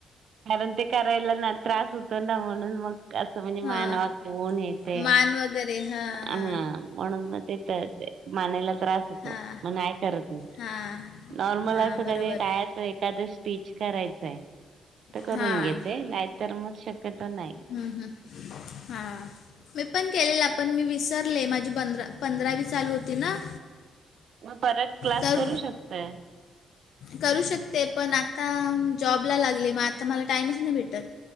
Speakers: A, on the right; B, on the left.
A: कारण ते करायला ना त्रास होतो ना म्हणून मग कसं म्हणजे
B: हां
A: मान वाकवून हे ते
B: मान वगैरे हां
A: म्हणून
B: हां
A: मग ते तर मानेला त्रास
B: हां
A: मग नाही करत मी.
B: हां
A: नॉर्मल
B: हां
A: असं
B: बरोबर
A: कधी काय? एखाद स्टीच करायचंय तर करून
B: हां
A: घेते नाही तर मग शक्यतो नाही.
B: ह हां. मी पण केलेलं पण मी विसरले. माझी पंधरा पंधरावी चालू होती ना.
A: मग परत क्लास
B: तर
A: करू शकतेय.
B: करू शकते पण आता जॉबला लागले मग आता मला टाईमच नाही भेटत.